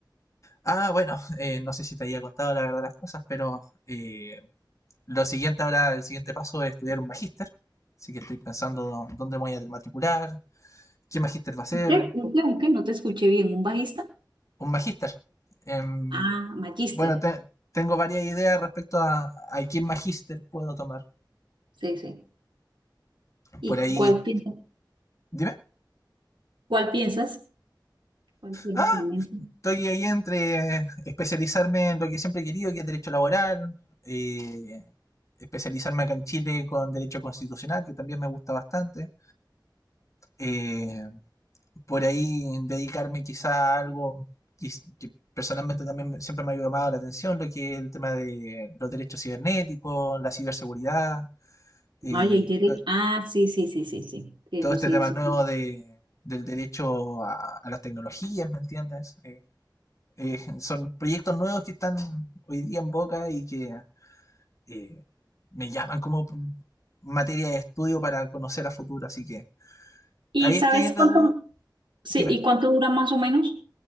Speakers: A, on the left (about 40°); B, on the right (about 85°).
A: Ah, bueno, eh, no sé si te había contado la verdad las cosas, pero eh, lo siguiente ahora, el siguiente paso es estudiar un magíster. Así que estoy pensando dónde me voy a matricular, qué magíster va a ser,
B: ¿Un qué? ¿Un qué? ¿Un qué? No te escuché bien. ¿Un bajista?
A: un magíster. Em,
B: Ah, Magister.
A: Bueno, te- tengo varias ideas respecto a, a qué magíster puedo tomar.
B: Sí, sí. ¿Y
A: Por ahí,
B: cuál piensas?
A: dime.
B: ¿Cuál piensas? ¿Cuál tienes
A: Ah,
B: en mente?
A: estoy ahí entre especializarme en lo que siempre he querido, que es derecho laboral, eh, especializarme acá en Chile con derecho constitucional, que también me gusta bastante. Eh, por ahí dedicarme quizá a algo que, que personalmente también me- siempre me ha llamado la atención, lo que es el tema de los derechos cibernéticos, la ciberseguridad eh,
B: Ay, hay derecho. Ah, sí, sí, sí, sí, sí. Sí, eso
A: todo este
B: sí,
A: tema
B: sí.
A: nuevo de, del derecho a, a las tecnologías, ¿me entiendes? Eh, eh, son proyectos nuevos que están hoy día en boca y que eh, me llaman como materia de estudio para conocer a futuro, así que
B: ¿Y
A: ahí
B: sabes
A: estoy en
B: cuánto?
A: la duda.
B: Sí,
A: Dime.
B: ¿y cuánto dura más o menos?